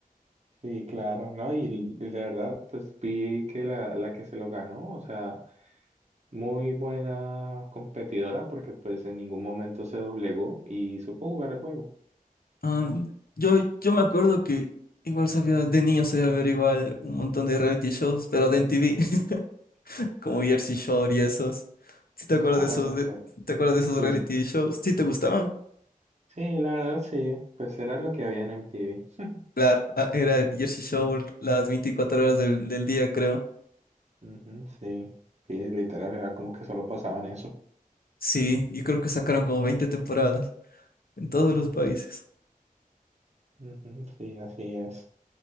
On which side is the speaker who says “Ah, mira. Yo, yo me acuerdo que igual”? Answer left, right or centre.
Left